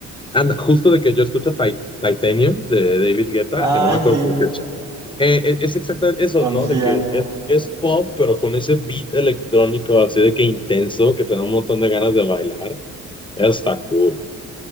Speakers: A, on the left; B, on the right.
A: Anda, justo de que yo escucho Ti- Titanium de David Guetta,
B: Ay,
A: que no me acuerdo
B: sí,
A: Eh, e- es exactamente eso,
B: con
A: ¿no?
B: Sia,
A: De que es, es pop, pero con ese beat electrónico así de que intenso, que te da un montón de ganas de bailar. Está cool.